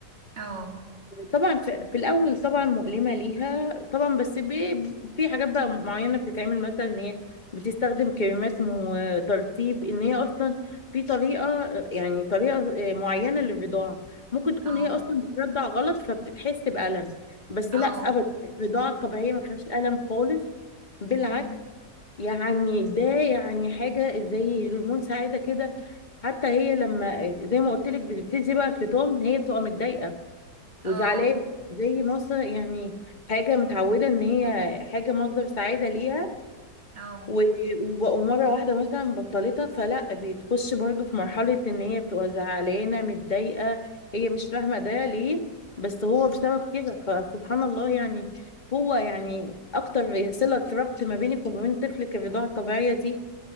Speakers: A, on the right; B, on the left.
A: اه
B: طبعا في, في الاول طبعا مؤلمه ليها طبعا بس بي في حاجات بقى معينه بتتعمل مثلا ان هي بتستخدم كريمات وترطيب ان هي اصلا في طريقه يعني طريقه معينه للرضاعه ممكن تكون
A: اه
B: هي اصلا بترضع غلط فبتتحس بالم بس
A: اه
B: لا ابدا الرضاعه الطبيعيه ما فيهاش الم خالص بالعكس
A: أمم،
B: يعني ده يعني حاجه زي هرمون سعاده كده حتى هي لما زي ما قلت لك بتبتدي بقى الفطام هي بتبقى متضايقه
A: اه
B: وزعلانة زي مصر يعني حاجة متعودة ان هي حاجة مصدر سعادة ليها
A: اه
B: و- وبقوا مرة واحدة مثلا بطلتها فلا بتخش برضو في مرحلة ان هي بتبقى زعلانة متضايقة هي مش فاهمة ده ليه بس هو بسبب كده فسبحان الله يعني هو يعني اكتر صلة ربط ما بينك وما بين طفلك الرضاعة الطبيعية دي